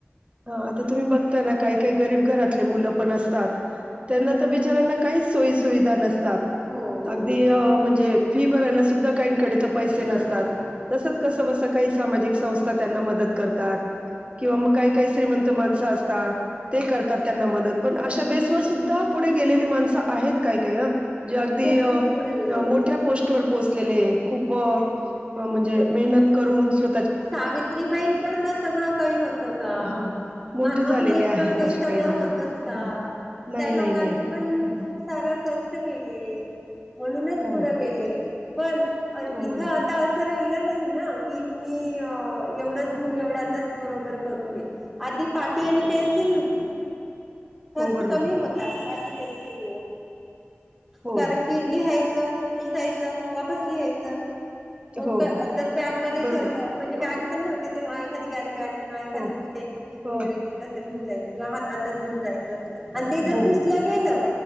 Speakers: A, on the right; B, in the centre.
A: हा आता तुम्ही बघताना काही काही गरीब घरातले मुलं पण असतात त्यांना तर बिचारांना काही, सुविधा नसतात
B: हो हो
A: अगदी ह म्हणजे फी भरायला सुद्धा काहीकाकडे पैसे
B: नसता
A: नसतात, तसच कस कस काही सामाजिक संस्था त्यांना मदत करतात. किंवा मग काही काही श्रीमंत माण असत ते करतात, त्यांना मदत पण अशा बेसवर सुद्धा पुढे गेलेली माणसं आहेत काय काय हं जे अगदी
B: भरपूर पुढे गेलेली
A: मोठ्या पोस्ट पोहोचलेले खूप अ मेहनत करून स्व
B: सावित्रीबाईंकड का सगळं काही होतं का?
A: हं. मोठे
B: महात्मा
A: झालेले
B: फुलेंकड
A: आहेत
B: काही
A: असे
B: सगळं
A: लोकं.
B: होतच का?
A: हं, नाही,
B: त्या लोकांनी
A: नाही, नाही.
B: पण
A: हं,
B: खूप सार कष्ट केले. म्हणूनच
A: हो,
B: पुढं गेले पण इथं
A: हो बरोबर,
B: आता असं राहिलं नाही ना की, मी एवढंच घेऊन एवढं आताच बरोबर करून ये आधी पाठी आणि पेन्सिल होती. ह. खर्च
A: हो बरोबर.
B: कमी होता पाटील पेन्सिल मुळ
A: हो
B: कारण की लिहाय पुसायचं वापस लिहायचं. मग
A: हो
B: जर बॅगमध्येध्ये
A: बरोबर
B: ठेवलं म्हणजे बॅग
A: हो
B: पण नव्हते, तेव्हा एखाधिकारी बॅग किंवा एखादी
A: हो
B: पो्याची पिशवी
A: हो
B: वगैरे ते तं घेऊन जायच. किंवा हातातच घेऊन जायचं आणि ते जर
A: हो
B: पुसलं गेलं.